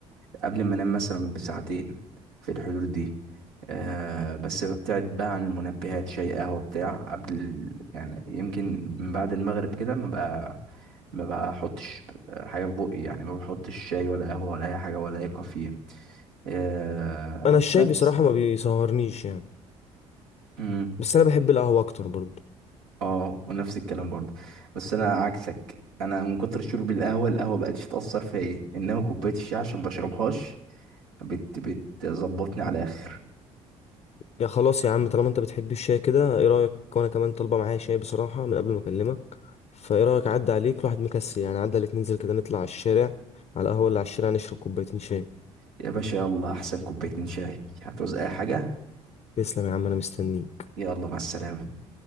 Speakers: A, on the right; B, on the left.
A: قبل ما انام مثلا بساعتين في الحدود دي آه بس ببتعد بقى عن المنبهات شاي قهوة بتاع قبل ال- يعني يمكن من بعد المغرب كده ما بقى ما بحطش آه، حاجة في بقي يعني ما بحطش شاي ولا قهوة ولا أي حاجة ولا أي كافيين آه
B: أنا الشاي
A: بس
B: بصراحة ما بيسهرنيش يعني
A: مم.
B: بس أنا بحب القهوة أكتر برضو
A: اه ونفس الكلام برضه بس أنا عكسك أنا من كتر شرب القهوة القهوة بقتش تأثر فيا إنما كوباية الشاي عشان بشربهاش بت بتظبطني على الآخر
B: يا خلاص يا عم طالما انت بتحب الشاي كده ايه رأيك وانا كمان طالبة معايا شاي بصراحة من قبل ما اكلمك فايه رأيك عدى عليك الواحد مكسل يعني عدى عليك ننزل كده نطلع على الشارع على القهوة اللي على الشارع نشرب كوبايتين شاي
A: يا باشا يلا احسن كوبايتين شاي هتعوز اي حاجة
B: تسلم يا عم انا مستنيك
A: يلا مع السلامة